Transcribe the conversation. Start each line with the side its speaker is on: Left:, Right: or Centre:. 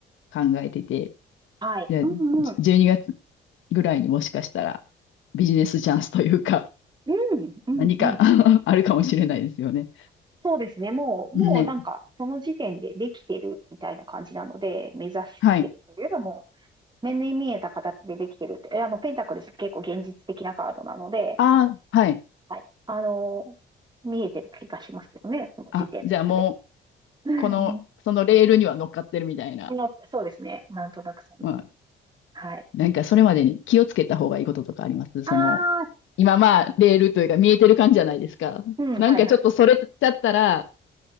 Left: 考えてて、
Right: はい。
Left: で、
Right: うんうん。
Left: じ12月ぐらいにもしかしたらビジネスチャンスというか、
Right: うんうんうん。
Left: 何か <laughs> あるかもしれないですよね。
Right: そうですね。もう、もうなんか、
Left: ね。
Right: その時点でできてるみたいな感じなので、目指してるというよりも、
Left: はい。
Right: 目に見えた形でできてるって、えあの、ペンタクルス結構現実的なカードなので、
Left: ああ、はい。
Right: はい。あのー見えてる気がしますけどね、その時点ですで
Left: あ、じゃあもう、
Right: に。うんう
Left: この、そのレールには乗っかってるみたいな。
Right: んのそうですね。なんとなくそんな。
Left: まあ、
Right: はい。
Left: なんかそれまでに気をつけた方がいいこととかありますその、
Right: ああ、
Left: 今まあ、レールというか見えてる感じじゃないですか。
Right: うん、
Left: なんかちょっとそれちゃったら、
Right: はいはい。